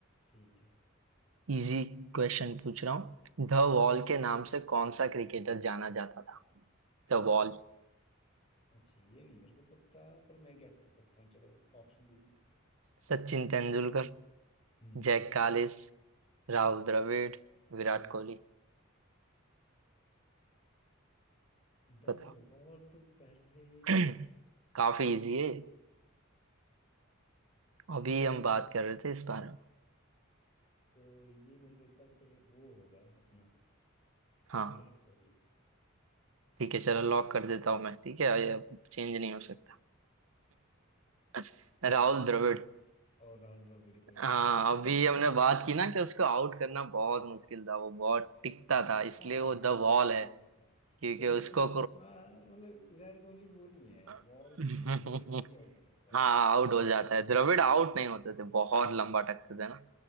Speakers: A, on the left (about 30°); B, on the right (about 80°).
A: ठीक है
B: इजी क्वेश्चन पूछ रहा हूँ द वॉल के नाम से कौन सा क्रिकेटर जाना जाता था The wall
A: अच्छा ये नहीं मेरे को पता पर मैं गैस कर सकता हूँ चलो ऑप्शन दीजिए
B: Sachin Tendulkar
A: हम्म
B: Jacques Kallis
A: हम्म
B: Rahul Dravid Virat
A: हम्म
B: Kohli
A: द
B: बताओ
A: वॉल तो पहले
B: <clears throat> काफी इजी है अभी हम बात कर रहे थे इस बारे में
A: तो ये मेरे को लगता है फिर वो होगा अपना
B: हाँ
A: विराट कोहली
B: ठीक है चलो लॉक कर देता हूँ मैं ठीक है ये अब चेंज नहीं हो सकता <laughs> राहुल द्रविड़
A: और राहुल द्रविड़ को ही
B: हाँ
A: कहते
B: अभी
A: हैं
B: हमने बात की ना कि उसको आउट करना बहुत मुश्किल था वो बहुत टिकता था इसलिए
A: हाँ
B: वो द
A: भाई इतना
B: वॉल है
A: हो गया था
B: क्योंकि
A: पर मेरे
B: उसको
A: को लगा हाँ, मतलब विराट कोहली वो नहीं है
B: <laughs>
A: बॉल नहीं है वो तो इजीली आउट हो जाता है
B: हाँ आउट हो जाता है द्रविड़ आउट नहीं होते थे बहुत लंबा टकते थे ना